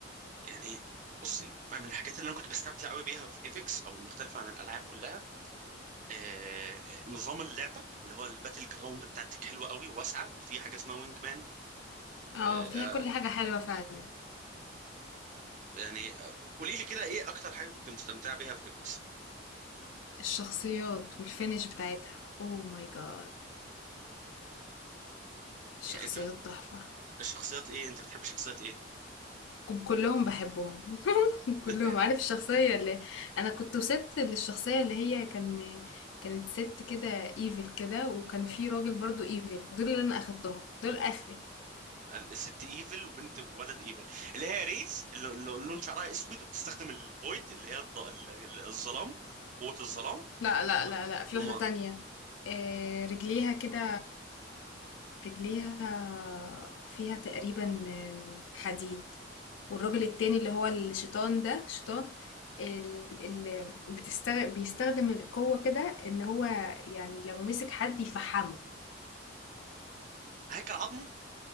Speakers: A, on the right; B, on the left.
A: يعني بصي من الحاجات اللي انا كنت بستمتع قوي بيها في ايبكس او المختلفه عن الالعاب كلها آه، نظام اللعبه اللي هو الباتل جراوند بتاعتك حلوه قوي وواسعه وفي حاجه اسمها وينج مان
B: اه
A: آه،
B: فيها كل حاجة حلوة فعلا
A: يعني آه، قولي لي كده ايه اكتر حاجه كنت مستمتع بيها في ايبكس
B: الشخصيات والفينش بتاعتها اوه ماي جاد الشخصيات
A: يعني انت بتحب
B: تحفة
A: الشخصيات ايه انت بتحب شخصيات ايه
B: كب- كلهم بحبهم <laughs> كلهم
A: <laughs>
B: عارف الشخصية اللي انا كنت وصلت للشخصية اللي هي كان كانت ست كده ايفل كده وكان في راجل برضو ايفل دول اللي انا اخدتهم دول اخري
A: الست ايفل وبنت وولد ايفل اللي هي ريس اللي اللي لون شعرها اسود وبتستخدم الفويد اللي هي الض- ال- ال- الظلام قوة الظلام
B: لا لا لا لا في
A: وما
B: واحدة تانية آه، رجليها كده رجليها فيها تقريبا آه، حديد والراجل التاني اللي هو الشيطان ده شيطان اللي بتستغ... بيستخدم القوة كده ان هو يعني لو مسك حد يفحمه
A: هيكل عظمي